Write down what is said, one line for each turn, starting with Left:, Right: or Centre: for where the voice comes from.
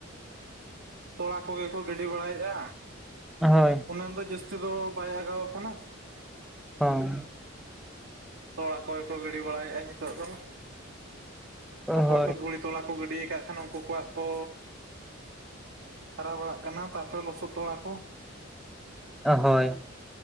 Right: ᱛᱚᱲᱟ ᱠᱚ ᱜᱮ ᱠᱚ ᱜᱤᱰᱤ ᱵᱟᱲᱟᱭᱮᱜᱼᱟ᱾
Centre: ᱦᱳᱭ
Right: ᱚᱱᱟ ᱫᱚ ᱡᱟᱹᱥᱛᱤ ᱫᱚ ᱵᱟᱭ ᱟᱜᱟᱣ ᱠᱟᱱᱟ᱾
Centre: ᱦᱚᱸ
Right: ᱛᱚᱲᱟ ᱠᱚ ᱜᱮ ᱠᱚ ᱜᱤᱰᱤ ᱵᱟᱲᱟᱭᱮᱜᱼᱟ ᱱᱤᱛᱚᱜ ᱫᱚ, ᱚᱠᱚᱭ
Centre: ᱦᱳᱭ
Right: ᱠᱚ ᱫᱷᱩᱲᱤ ᱛᱚᱞᱟ ᱠᱚ ᱜᱤᱰᱤ ᱠᱟᱜ ᱠᱷᱟᱱ ᱩᱝᱠᱩ ᱠᱚᱣᱟᱜ ᱠᱚ ᱦᱟᱨᱟ ᱵᱟᱲᱟᱜ ᱠᱟᱱᱟ ᱛᱟᱯᱚᱨᱮ ᱞᱚᱥᱚᱫ ᱛᱚᱲᱟ ᱠᱚ᱾
Centre: ᱚ ᱦᱚᱭ᱾